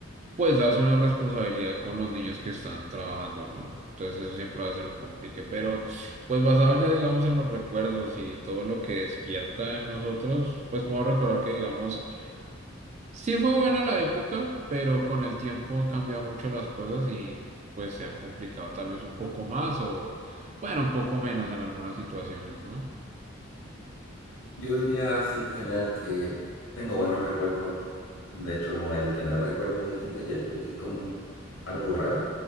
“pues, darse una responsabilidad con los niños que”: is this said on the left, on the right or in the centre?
Right